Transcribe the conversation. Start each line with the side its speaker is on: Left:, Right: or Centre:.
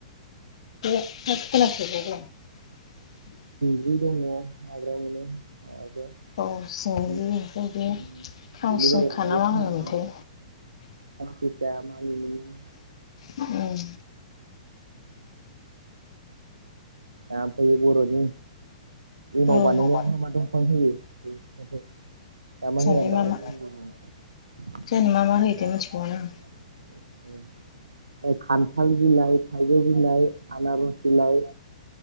Left: <unintelligible>
Right: <unintelligible> दङ हाग्रायाव मोनो ओ <unintelligible> ओ
Left: औ सिंग्रि
Right: उम
Left: ओमफ्राय बे खांसिंखा
Right: दुब्लि बारियाव मोनग्राया
Left: ना मा
Right: मानि
Left: होनोमोनथाय
Right: मुनि खानसिंसा मानि मुनि ।
Left: उम।
Right: ओमफाय बर'नि एमाव
Left: उम
Right: बानायनायावहा
Left: औ
Right: मा दंफां होयो बै बिफांखौ । <unintelligible>
Left: जोंनि मा
Right: होनानै
Left: मा
Right: बानायनाय
Left: जोंनि
Right: जायोनो
Left: मा मा होयोथाय मिथिबावानो
Right: ओं
Left: आं
Right: । ओ खान्थाल बिलाइ, थाइजौ बिलाइ, आनारस बिलाइ